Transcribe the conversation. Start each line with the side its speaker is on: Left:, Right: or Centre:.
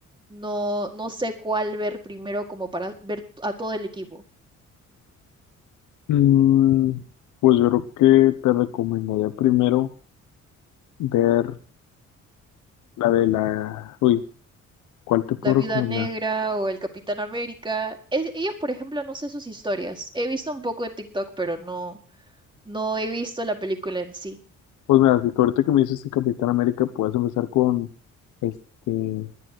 Right: no, no sé cuál ver primero como para ver a todo el equipo.
Left: Mm, pues yo creo que te recomendaría primero ver la de la... Uy, ¿cuál te puedo
Right: La Viuda
Left: recomendar?
Right: Negra o el Capitán América. Es- ellos, por ejemplo, no sé sus historias. He visto un poco en TikTok, pero no. No he visto la película en sí.
Left: Pues mira, si que ahorita que me dices de Capitán América, puedes empezar con, este,